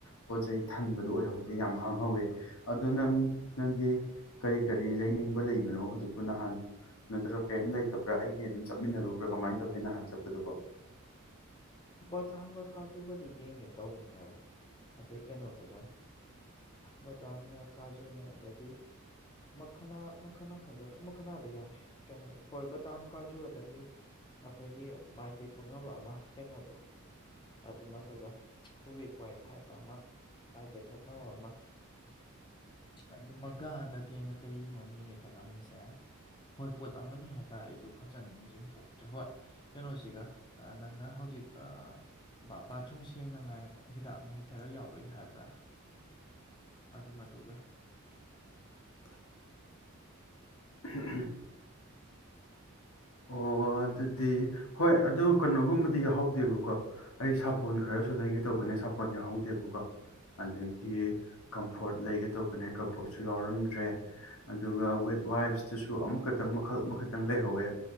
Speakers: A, on the left; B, on the left.
A: ꯄꯣꯠ ꯆꯩꯩ ꯊꯟꯕꯗꯣ ꯑꯣꯏꯍꯧꯗꯦ ꯌꯥꯝ ꯍꯥꯡꯍꯧꯋꯦ ꯑꯗꯣ ꯅꯪ ꯅꯪꯗꯤ ꯀꯔꯤ ꯀꯔꯤ ꯂꯩꯅꯤꯡꯕ ꯂꯩꯕꯅꯣ ꯍꯧꯖꯤꯛꯄꯨ ꯅꯍꯥꯟ ꯅꯠꯇ꯭ꯔ ꯀꯩꯝ ꯆꯠꯇꯕ꯭ꯔꯥ ꯑꯩꯒꯤ ꯑꯗꯨꯝ ꯆꯠꯃꯤꯟꯅꯔꯨꯕ꯭ꯔꯥ ꯀꯃꯥꯏꯅ ꯇꯧꯒꯦ ꯅꯍꯥꯟ ꯆꯠꯄꯗꯨꯕ
B: ꯄꯣꯠ ꯕꯗꯥꯝꯒ ꯀꯥꯖꯨꯒꯗꯤ ꯌꯦꯡꯒꯦ ꯇꯧꯕꯅꯦꯕ ꯑꯗꯩ ꯀꯩꯅꯣꯗꯨꯒ ꯕꯗꯥꯝꯅꯦ ꯀꯥꯖꯨꯅꯦ ꯑꯗꯒꯤ ꯃꯈꯅꯥ ꯃꯈꯅꯥ ꯍꯥꯏꯗꯨꯔꯥ ꯃꯈꯅꯥꯗ ꯌꯥꯔꯦ ꯀꯩꯅꯣ ꯍꯣꯏ ꯕꯗꯥꯝ ꯀꯥꯖꯨ ꯑꯗꯒꯤ ꯑꯩꯈꯣꯏꯒꯤ ꯃꯥꯏ ꯇꯩꯊꯣꯛꯅꯕ ꯑꯃ ꯀꯩꯅꯣꯗꯣ ꯑꯗꯨꯝ ꯑꯗꯨꯒ ꯍꯨꯋꯤꯠ ꯋꯥꯏꯠ ꯍꯥꯏꯕ ꯑꯃ ꯃꯥꯏ ꯇꯊꯣꯛꯅꯕ ꯑꯃ ꯑꯗꯨ ꯃꯒꯥ ꯑꯗꯒꯤ ꯑꯩꯅ ꯀꯔꯤꯅꯣ ꯌꯦꯡꯉꯦ ꯈꯜꯂꯝꯃꯤꯁꯦ ꯍꯣꯏ ꯄꯣꯠ ꯑꯃꯅꯤ ꯍꯥꯏꯇꯥꯔꯦ ꯑꯗꯨ ꯐꯖꯅ ꯅꯤꯡꯁꯤꯡ ꯊꯣꯛꯇ꯭ꯔꯦ ꯍꯣꯏ ꯀꯩꯅꯣꯁꯤꯒ ꯅꯪꯅ ꯍꯧꯖꯤꯛ <inaudible> ꯕꯥꯊꯔꯨꯝ ꯁꯦꯡꯅꯉꯥꯏ ꯍꯤꯗꯥꯛ ꯃꯍꯤ ꯈꯔ ꯌꯥꯎꯔꯛꯏ ꯍꯥꯏꯕ꯭ꯔꯥ ꯑꯗꯨ ꯃꯗꯨꯒ
A: <inaudible> ꯑꯣ ꯑꯗꯨꯗꯤ ꯍꯣꯏ ꯑꯗꯨ ꯀꯩꯅꯣꯒꯨꯝꯕꯗꯤ ꯌꯥꯎꯍꯧꯗꯦꯕꯀꯣ ꯑꯩ ꯁꯥꯄꯣꯟ ꯈꯔꯁꯨ ꯂꯩꯒꯦ ꯇꯧꯕꯅꯦ ꯁꯥꯄꯣꯟ ꯌꯥꯎꯍꯧꯗꯦꯕꯀꯣ ꯑꯗꯒꯤ ꯀꯝꯐꯣꯔꯠ ꯂꯩꯒꯦ ꯇꯧꯕꯅꯦ ꯀꯝꯐꯣꯔꯠꯁꯨ ꯌꯥꯎꯔꯝꯗ꯭ꯔꯦ ꯑꯗꯨꯒ ꯋꯦꯠ ꯋꯥꯏꯐꯇꯨꯁꯨ ꯑꯃꯈꯛꯇꯪ ꯃꯈꯜ ꯑꯃꯈꯛꯇꯪ ꯂꯩꯍꯧꯋꯦ